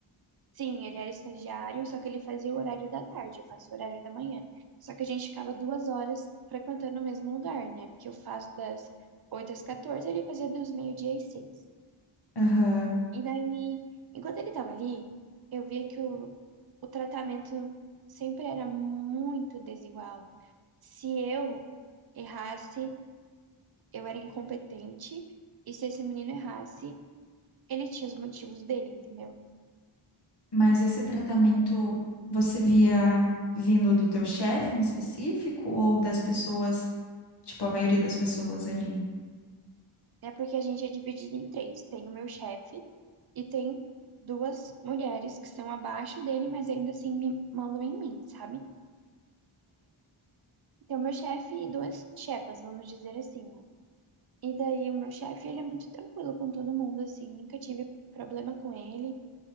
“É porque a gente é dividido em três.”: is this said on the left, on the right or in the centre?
Right